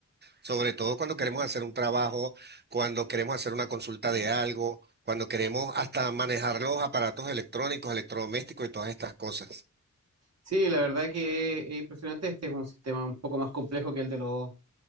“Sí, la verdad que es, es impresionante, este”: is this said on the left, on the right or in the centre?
Right